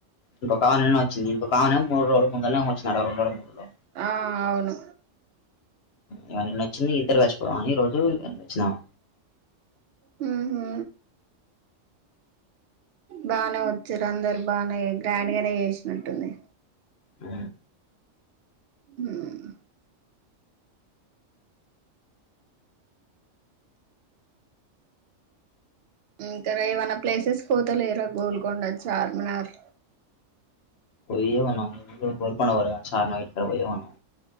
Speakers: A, on the left; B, on the right.
A: ఇం కావాలనే వచ్చంది ఇంకా కావనే మూడురొజుల ముందనే వచ్చన్నారు రెండు మూ రోజలు
B: ఆ అవును
A: ఇవన్నీ నచ్చింది ఇద్దరు చచ్చిపోవని రోజు ఇవన్నీ వచ్చినాము
B: హ్మ్ హు బానే వచ్చారు అందరు బానే గ్రాండ్ గానే చేసినట్టుంది
A: ఉ
B: హ్మ్ ఇంకా ఏమన్నా ప్లేసెస్ పోతలేరు గోల్కొండ చార్మినార్
A: పోయ్యే ఉన్నాం గోల్కొండ పోలె కానీ చార్మినార్ పోయ్యే ఉన్నాం